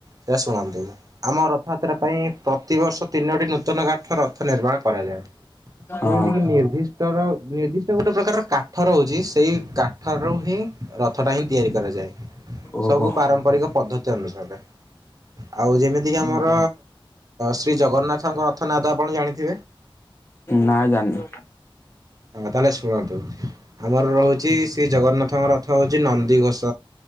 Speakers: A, on the right; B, on the left.
A: ସେ ଶୁଣନ୍ତୁ ଆମ ରଥଯାତ୍ରା ପାଇଁ ପ୍ରତିବର୍ଷ ତିନୋଟି ନୂତନ କାଠ ରଥ ନିର୍ମାଣ କରାଯାଏ। ଯେମିତିକି
B: ହଁ।
A: ନିର୍ଦ୍ଦିଷ୍ଟ ର ନିର୍ଦ୍ଦିଷ୍ଟ ଗୋଟେ ପ୍ରକାର କାଠ ରହୁଚି ସେଇ କାଠ ରୁ ହିଁ ରଥ ଟା ହିଁ ତିଆରି କରାଯାଏ।
B: ହୁଁ।
A: ସବୁ
B: ହଁ
A: ପାରମ୍ପରିକ ପଦ୍ଧତି ଅନୁସାରେ ଆଉ ଯେମିତିକି ଆମର ଶ୍ରୀ ଜଗନ୍ନାଥଙ୍କ ରଥ ନାଁ ତ ଆପଣ ଜାଣିଥିବେ?
B: ନା ଜାଣିନି।
A: ତାହେଲେ ଶୁଣନ୍ତୁ, ଆମର ରହୁଚି ଶ୍ରୀ ଜଗନ୍ନାଥଙ୍କ ରଥ ହଉଚି ନନ୍ଦିଘୋଷ।